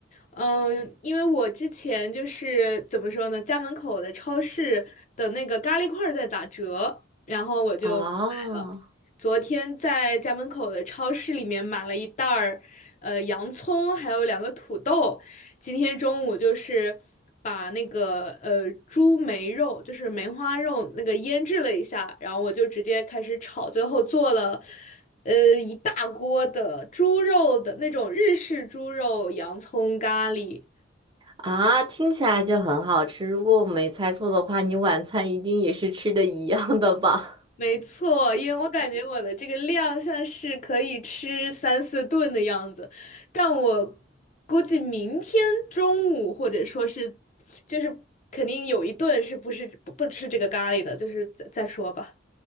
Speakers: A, on the left; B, on the right.
A: 嗯，因为我之前就是怎么说呢，家门口的超市的那个咖喱块儿在打折，然后我就买了。
B: 啊
A: 昨天在家门口的超市里面买了一袋儿，呃，洋葱，还有两个土豆，今天中午就是把那个呃猪梅肉，就是梅花肉那个腌制了一下，然后我就直接开始炒，最后做了呃一大锅的猪肉的那种日式猪肉洋葱咖喱。
B: 啊，听起来就很好吃。如果我没猜错的话，你晚餐一定也是吃的一样的吧？
A: 没错，因为我感觉我的这个量像是可以吃三四顿的样子，但我估计明天中午或者说是，就是肯定有一顿是不是不不吃这个咖喱的，就是再再说吧。